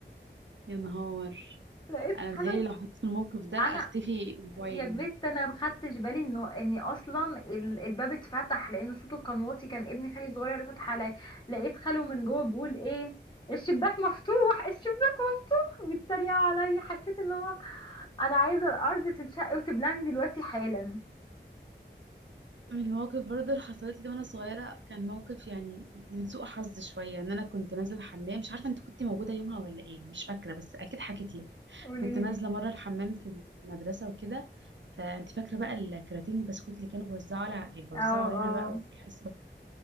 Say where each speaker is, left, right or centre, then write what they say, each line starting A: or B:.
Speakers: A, on the right (about 80°); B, on the left (about 25°).
A: يا نهار
B: لقيت
A: انا
B: خلو
A: بتهيألي لو حطيت في الموقف ده اختفي
B: انا
A: اسبوعين
B: يا بنت انا ما خدتش بالي انه اني اصلا ال- الباب اتفتح لان صوته كان واطي كان ابني خالي الصغير اللي فتح عليا لقيت خاله من جوه بيقول ايه الشباك مفتوح الشباك <laughs> بيتريقوا عليا حسيت ان هو انا عايزه الارض تنشق وتبلعني دلوقتي حالا
A: من المواقف برضه اللي حصلت لي وانا صغيره كان موقف يعني من سوء حظ شويه ان انا كنت نازله الحمام مش عارفه انت كنت موجوده يومها ولا ايه مش فاكره بس اكيد حكيت لك
B: قوليلي
A: كنت نازله مره الحمام في المدرسه وكده فانت فاكره بقى الكراتين البسكوت اللي كانوا بيوزعوا على بيوزعوا
B: اه
A: علينا
B: اه
A: بقى وفي الحصه